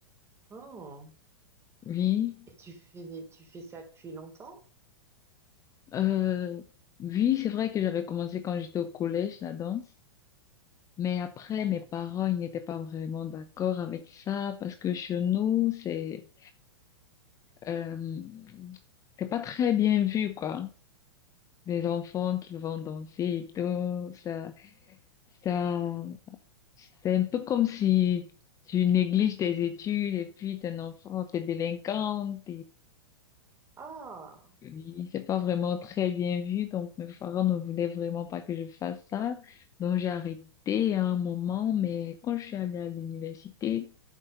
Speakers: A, on the right (about 20°); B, on the left (about 25°).
A: Oh.
B: Oui.
A: Et tu fais tu fais ça depuis longtemps?
B: Euh, oui, c'est vrai que j'avais commencé quand j'étais au collège, la danse. Mais après,
A: Ah
B: mes
A: oui.
B: parents, ils n'étaient pas vraiment d'accord avec ça parce que chez nous, c'est, euh, c'est pas très bien vu, quoi. Des enfants qui vont danser et tout, ça, ça, c'est un peu comme si tu négliges tes études et puis t'es un enfant, t'es délinquante
A: Ah,
B: Oui, c'est pas vraiment très bien vu, donc mes parents ne voulaient vraiment pas que je fasse ça. Donc j'ai arrêté à un moment, mais quand je suis allée à l'université,